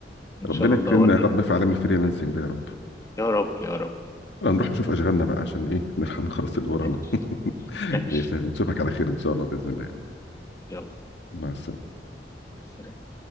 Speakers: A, on the left (about 20°); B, on the left (about 85°).
A: ان
B: ربنا
A: شاء الله
B: يكرمنا
A: اوريك
B: يا رب في عالم الفريلانسنج ده يا رب
A: يا رب يا رب
B: هنروح نشوف اشغالنا بقى عشان ايه <laughs> نلحق نخلص اللي ورانا
A: ماشي
B: <laughs>
A: ماشي
B: ماشي يا حبيبي. نشوفك على خير ان شاء الله باذن الله
A: يلا
B: مع السلامه
A: مع السلامة.